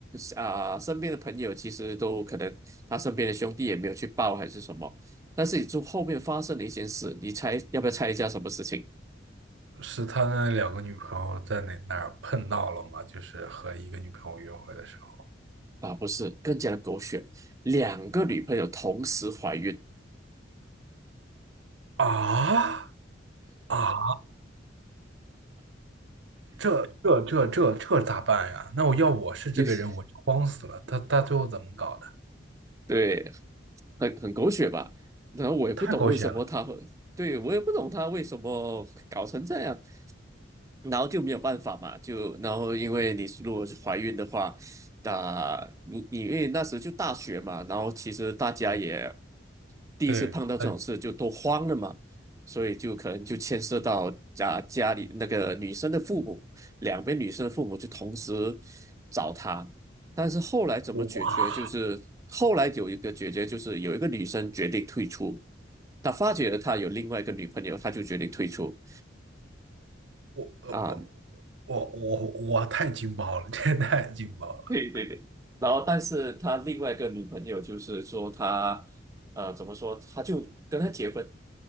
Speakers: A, on the right; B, on the right.
A: 啊，身边的朋友其实都可能他身边的兄弟也没有去报还是什么。但是你就后面发生了一件事，你猜要不要猜一下什么事情
B: 是他那两个女朋友在哪哪儿碰到了吗？就是和一个女朋友约会的时候
A: 啊？不是，更加的狗血，两个女朋友同时怀孕，
B: 啊啊，这这这这这咋办呀？那我要我是这个人，
A: <laughs>
B: 我就慌死了。他他最后怎么搞的？
A: 对。很很狗血吧。然后我也不懂为什么他会，
B: 太狗血了，
A: 对，我也不懂他为什么搞成这样。然后就没有办法嘛，就然后因为你如果是怀孕的话，那如因为那时就大学嘛，然后其实大家也第一次碰到这种事就都慌了嘛，
B: 对，嗯，
A: 所以就可能就牵涉到家家里那个女生的父母，两边女生的父母就同时找他，但是后来怎么解决？
B: 哇。
A: 就是后来有一个解决，就是有一个女生决定退出，她发觉了她有另外一个女朋友，她就决定退出
B: 我呃
A: 啊。
B: 我我我我太劲爆了，<laughs> 这太劲爆了！
A: 对对对。然后，但是他另外一个女朋友就是说他呃，怎么说？他就跟他结婚，